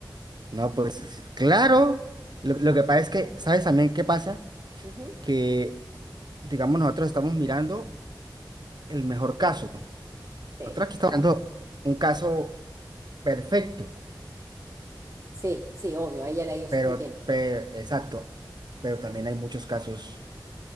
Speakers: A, on the right; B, on the right.
A: no, pues sí, sí, claro. Lo, lo que pasa es que, ¿sabes también qué pasa?
B: Ujú.
A: Que, digamos, nosotros estamos mirando el mejor caso.
B: Sí,
A: Nosotros aquí estamos
B: bueno,
A: dando un caso perfecto,
B: sí, sí, obvio, a ella le ha ido súper
A: pero,
B: bien.
A: pe- exacto, pero también hay muchos casos